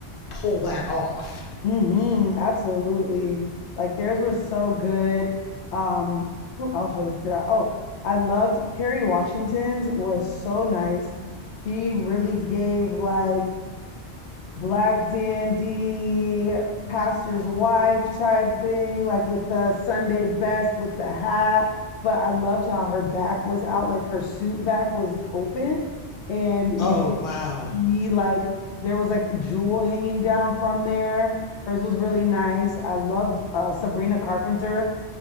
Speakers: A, on the left (about 55°); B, on the left (about 80°).
A: pull that off.
B: hmm absolutely. Like theirs were so good. Um, who else really stood out? Oh, I loved Kerry Washington's was so nice. She really gave like black dandy, pastor's wife type thing, like with the Sunday best with the hat. But I loved how her back was out, like her suit back was open, and
A: Oh,
B: you could
A: wow.
B: see like there was like jewel hanging down from there. Hers was really nice. I loved uh, Sabrina Carpenter,